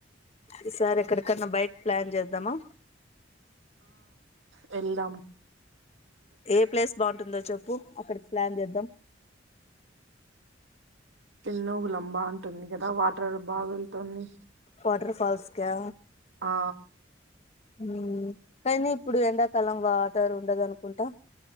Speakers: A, on the left; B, on the right.
A: ఈ సారె ఎక్కడకన్నా బైటకి ప్లాన్ చేద్దామా
B: వెళదాం
A: ఏ ప్లేస్ బాగుంటుందో చెప్పు అక్కడకి ప్లాన్ చేద్దాం
B: ఎన్నో విలంబా అంటుంది కదా వాటర్ బాగా వెళ్తోంది
A: వాటర్ ఫాల్స్ కా
B: ఆ
A: ఉమ్ కాయినీ ఇప్పుడు ఎండాకాలం వాటర్ ఉండదు అనుకుంటా